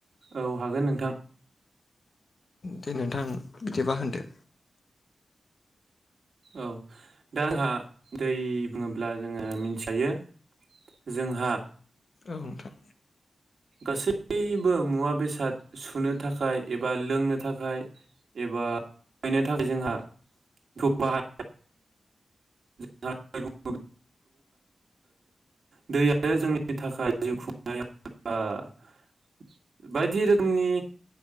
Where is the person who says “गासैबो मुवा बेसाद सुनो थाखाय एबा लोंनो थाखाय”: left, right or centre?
Right